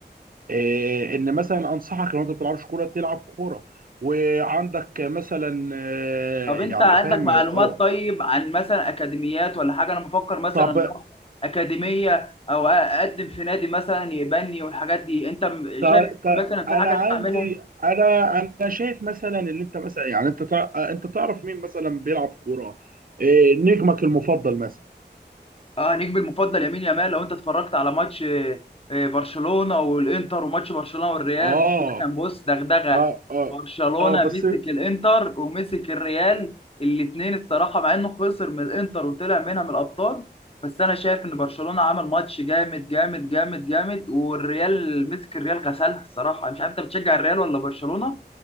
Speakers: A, on the right; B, on the left.
A: آه، ان مثلا انصحك لو انت ما بتلعبش كوره تلعب كوره وعندك مثلا آه،
B: طب
A: يعني
B: انت عندك
A: فاهم
B: معلومات
A: آه،
B: طيب عن مثلا اكاديميات ولا حاجة انا بفكر مثلا
A: طب
B: اروح اكاديمية او اقدم في نادي مثلا يبني والحاجات دي انت
A: تا
B: شايف
A: تا
B: مثلا في
A: انا
B: حاجة
A: عندي
B: انا اعملها
A: انا انا شايف مثلا اللي انت مثلا يعني انت تع... انت تعرف مين مثلا بيلعب كوره إيه نجمك المفضل مثلا
B: اه نجمي المفضل يمين يامال لو انت اتفرجت على ماتش آه، آه، برشلونه والانتر وماتش برشلونه والريال
A: اه
B: الماتش ده كان بص دغدغه
A: اه اه
B: برشلونه
A: اه بس
B: مسك الانتر ومسك الريال الاثنين الصراحه مع انه خسر من الانتر وطلع منها من الابطال بس انا شايف ان برشلونه عمل ماتش جامد جامد جامد جامد والريال مسك الريال غسلها الصراحه انا مش عارف انت بتشجع الريال ولا برشلونه